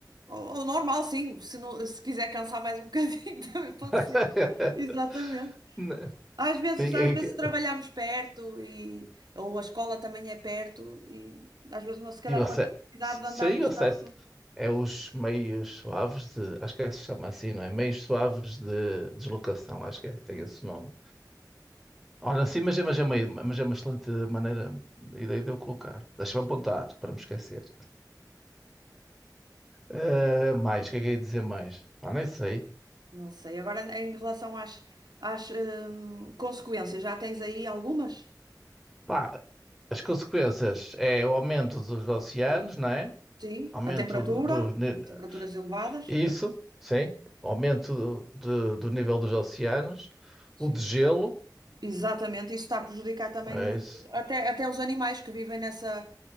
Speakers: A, on the right (about 70°); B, in the centre.
A: Ou, ou normal, sim. Se, não, se quiser cansar mais um <laughs> bocadinho, também pode
B: <laughs>
A: ser. Exatamente.
B: Né?
A: Às vezes,
B: E-
A: às vezes
B: e-
A: trabalhamos perto e, ou a escola também é perto e às vezes não, se calhar
B: e o acesso,
A: não havia necessidade
B: sim,
A: de andarmos
B: o acesso
A: tanto.
B: é os meios suaves de, acho que é, se chama assim, não é? Meios suaves de deslocação, acho que é, tem esse nome. Ora, sim, mas é, mas é uma, mas é uma excelente maneira, ideia de eu colocar. Deixa-me apontar, para me esquecer. Eh, mais, o que é que eu ia dizer mais? Pá, nem sei.
A: Não sei. Agora, em relação às, às hum, consequências, já tens aí algumas?
B: Pá, as consequências é o aumento dos oceanos, não é?
A: Sim.
B: Aumento
A: A temperatura,
B: do, ni-
A: temperaturas elevadas.
B: isso, sim, aumento do, de- do nível dos oceanos,
A: Sim.
B: o de gelo,
A: Exatamente. Isso está a prejudicar também muito,
B: é isso,
A: até, até os animais que vivem nessa,